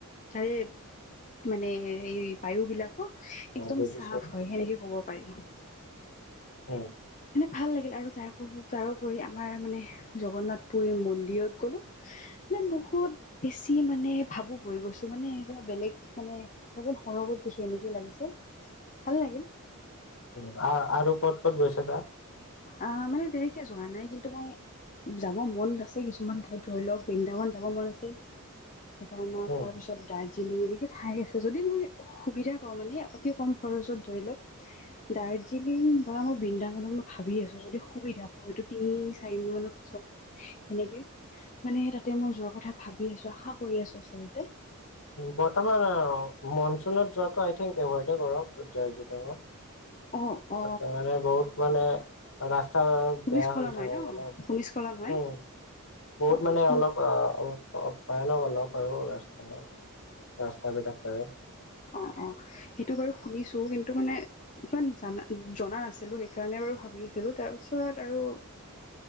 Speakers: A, on the left; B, on the left.
A: তাৰে মানে এই বায়ু বিলাক কু
B: অ'
A: একদম
B: বুজিছো,
A: চাফ হয়, সেনেকে ক'ব পাৰি
B: উম'
A: মানে ভাল লাগিল, আৰু তাৰ তাৰ উপৰি আমাৰ মানে জগন্নাথপুৰিও মন্দিৰত গ'লোঁ। মানে বহুত বেছি মানে ভাবোক হৈ গৈছো মানে, কিবা বেলেগ মানে মই যেন সৰগত গৈছো এনেকে লাগিছে, ভাল লাগিল।
B: ভা আৰু ক'ত ক'ত গৈছিলা?
A: আ, মানে তেনেকে যোৱা নাই কিন্তু মই যাব মন আছে কিছুমান ঠাইত ধৰি লওক, বৃন্দাবন যাব মন আছে। কেদাৰনাথদ
B: উম,
A: তাৰ পিছত দাইৰ জিলিং ঠাই আছে যদি মই সুবিধা পাওঁ মানে অতি কম খৰচত ধৰি লওক দাৰ্জিলিং বা মই বৃন্দাবনত মই ভাবি আছো যদি সুবিধা হয়টো তিনি চাৰিমাহ মানৰ পিছত সেনেকে মানে তাতে মই যোৱাৰ কথা ভাবি আছো আশা কৰি আছো আচল
B: বৰ্তমান আ মনচুনত যোৱাটো আই থিংক এভইড কৰক দাৰ্জিলিঙত
A: অ অ
B: তাতে মানে বহুত মানে ৰাস্তা
A: ভূমিস্খলন
B: বেয়া হৈ
A: হয়
B: থাকে
A: ন
B: মানে উম।
A: ভূমিস্খলন হয়
B: বহুত
A: অ
B: মানে
A: শুনি
B: অলপ আ ভয়ানক অলপ আৰু ৰাস্তা। ৰাস্তা বিলাক তাৰে।
A: অ অ সেইটো বাৰু শুনিছো কিন্তু মানে ইমান জানা জনা নাছিলো সেইকাৰণে বাৰু ভাবিছিলো তাৰপিছত আৰু